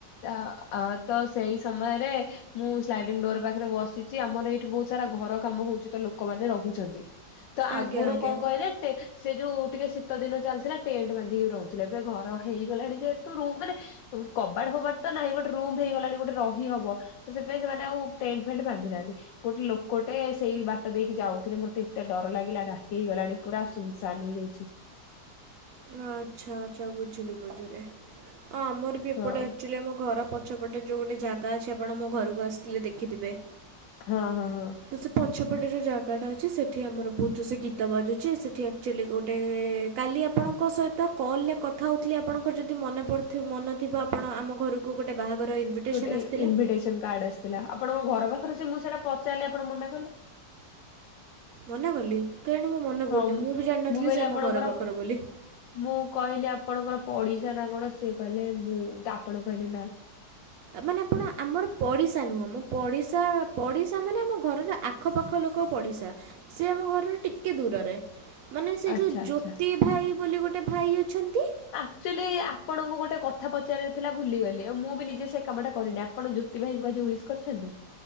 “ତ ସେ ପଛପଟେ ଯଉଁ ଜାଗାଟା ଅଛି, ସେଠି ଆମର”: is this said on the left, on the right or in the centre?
Right